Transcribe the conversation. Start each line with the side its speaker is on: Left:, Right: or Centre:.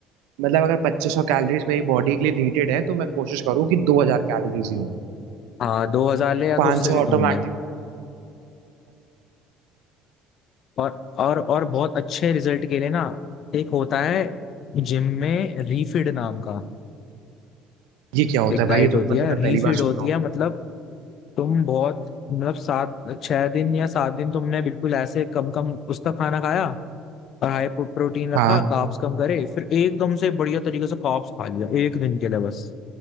Right: मतलब अगर 2500 कैलोरीज मेरी बॉडी के लिए नीडेड है तो मैं कोशिश करूँ कि 2000 कैलोरीज ही हो
Left: हाँ दो हजार ले या तो
Right: 500
Left: उससे भी कम
Right: ऑटोमेटिक
Left: ले और और और बहुत अच्छे रिजल्ट के लिए ना एक होता है जिम में रीफीड नाम का
Right: ये क्या होता
Left: एक
Right: है
Left: डाइट
Right: भाई ये
Left: होती
Right: तो मतलब
Left: है
Right: मैं
Left: रीफीड
Right: पहली बार
Left: होती
Right: सुन रहा हूँ
Left: है मतलब तुम बहुत मतलब सात छह दिन या सात दिन तुमने बिल्कुल ऐसे कम कम उसका खाना खाया और हाई प्रोटीन रखा
Right: हाँ
Left: कार्ब्स कम करे फिर एकदम से बढ़िया तरीके से कार्ब्स खा लिया एक दिन के लिए बस